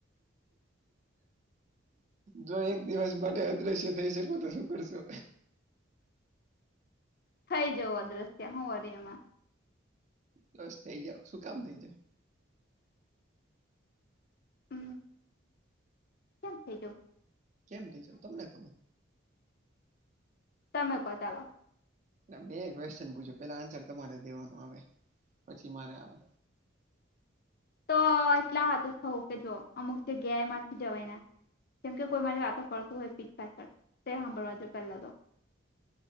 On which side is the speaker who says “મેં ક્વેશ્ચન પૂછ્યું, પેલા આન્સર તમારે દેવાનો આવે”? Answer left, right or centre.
Right